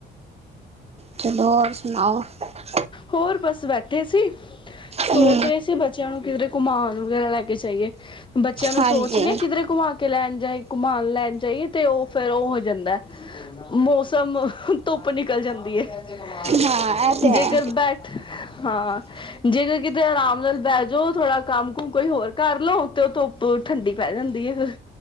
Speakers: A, on the right; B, on the left.
A: ਚਲੋ ਹੋਰ ਸੁਨਾਓ। ਬਲੈਂਕ
B: ਹੋਰ ਬਸ ਬੈਠ ਠੇ ਸੀ ਸੋਚ
A: ਹੂੰ
B: ਰਹੇ ਸੀ ਬੱਚਿਆਂ ਨੂੰ ਕਿਧਰੇ ਘੁੰਮਾਨ ਵਗੈਰਾ ਲੈ ਕੇ ਜਾਈਏ। ਬੱਚਿਆਂ ਨੂੰ
A: ਹਾਂਜੀ
B: ਸੋਚ ਨੀਆ ਕਿਧਰੇ ਘੁਮਾ ਕੇ ਲੈਨ ਜਾਏ ਘੁਮਾਣ ਲੈਨ ਜਾਹੀਏ ਤੇ ਓਹ ਫੇਰ ਓਹ ਹੋ ਜਾਂਦਾ ਐ ਮੌਸਮ ਹੁਹ ਧੁੱਪ ਨਿਕਲ ਜਾਂਦੀ ਹੈ। <inaudible>
A: ਹਾਂ ਇਹ ਤੇ ਹੈ
B: ਜੇ ਬੈਠ ਹਾਂ ਜਦੋ ਕਿਤੇ ਆਰਾਮ ਨਾਲ ਬਹਿ ਜਾਓ ਥੋੜਾ ਕੰਮ ਕੁਮ ਕੋਈ ਹੋਰ ਕਰ ਲਓ ਤੇ ਉਹ ਧੁੱਪ ਠੰਡੀ ਪੈ ਜਾਂਦੀ ਹੈ ਫਿਰ।